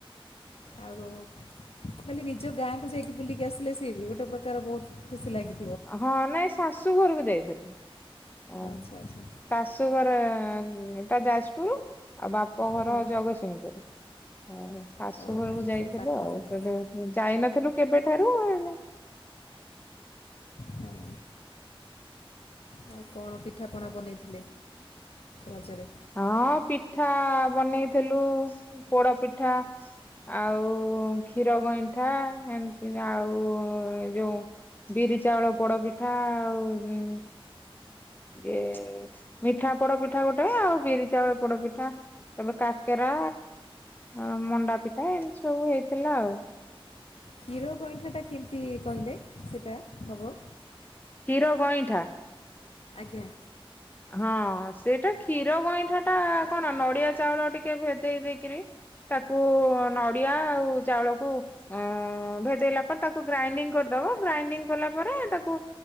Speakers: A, on the left (about 85°); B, on the left (about 20°).
A: ଆଉ କଣ ଖମୁଁ କହିଲି ନିଜ ଗାଁକୁ ଯାଇକି ବୁଲିକି ଆସିଲେ ସିଏ ବି ଗୋଟେ ପ୍ରକାର ବହୁତ ଖୁସି ଲାଗିଥାଏ।
B: ହଁ ନାଇଁ ଶାଶୁ ଘରକୁ ଯାଇଥିଲୁ। ଓ
A: ଆଚ୍ଛା ଆଚ୍ଛା
B: ଶାଶୁଘର ଟା ଯାଜପୁର। ଆଉ ବାପ ଘର
A: ହଁ।
B: ଜଗତସିଂହପୁର ହଁ। ଶାଶୁ
A: ଓହୋ
B: ଘରକୁ ଯାଇଥିଲୁ
A: ସେଇ ପାଖାପାଖି
B: ଆଉ ସେଠୁ ଯାଇନଥିଲୁ କେବେଠାରୁ ହେଇନା
A: ହଁ ଆଉ କଣ ପିଠାପଣା ବନେଇଥିଲେ ରଜରେ?
B: ହଁ ପିଠା ବନେଇଥିଲୁ ପୋଡ଼ପିଠା ଆଉ ଉ କ୍ଷୀର ଗଇଁଠା ଏମିତି ଆଉ ଯୋଉ ବିରି ଚାଉଳ ପୋଡପିଠା ଆଉ ଇଁ ଇଏ ମିଠା। ପୋଡ ପିଠା ଗୋଟେ ଆଉ ବିରି ଚାଉଳ ପୋଡପିଠା। ତାପରେ କାକେରା ଆ ମଣ୍ଡା ପିଠା ଏମିତି ସବୁ ହେଇଥିଲା ଆଉ।
A: କ୍ଷୀର ଗଇଁଠା ଟା କେମିତି କହିଲେ ସେଇଟା ହବ?
B: କ୍ଷୀର ଗଇଁଠା।
A: ଆଜ୍ଞା।
B: ହଁ। ସେଇଟା କ୍ଷୀର ଗଇଁଠା ଟା କଣ ନଡିଆ ଚାଉଳ ଟିକେ ଭେଦେଇ ଦେଇକିରି। ତାକୁ ନଡିଆ ଆଉ ଚାଉଳକୁ ଅ ଭେଦେଇଲା ପରେ ତାକୁ ଗ୍ରାଇଣ୍ଡିଙ୍ଗ କରିଦ- ଗ୍ରାଇଡି଼ଙ୍ଗ କଲା ପରେ ତାକୁ